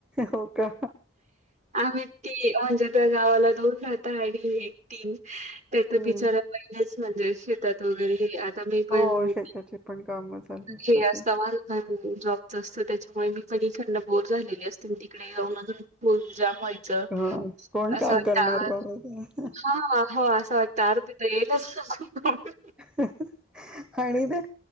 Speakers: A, in the centre; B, on the right.
A: हो का
B: आम्ही ती म्हणजे त्या गावाला दूर राहता आणि मी एकटी. त्याच
A: हम्म
B: बिचारा पहिल्याच म्हणजे- वगैरे हे आता मी पण
A: हो शेताची पण कामं चालू असतात
B: हे अस
A: त्यांची
B: <unintelligible> माझं जॉबच असत, त्याच्यामुळे मी पण ईकडन बोर झालेली असते, मी तिकडे- आणि न अजून फुल जाम व्हाय- च.
A: हा कोण
B: अस
A: काम
B: वाटत,
A: करणार बाबा ते
B: हा, हा, अस वाटत आलो- <unintelligible>
A: <unintelligible> आणि ते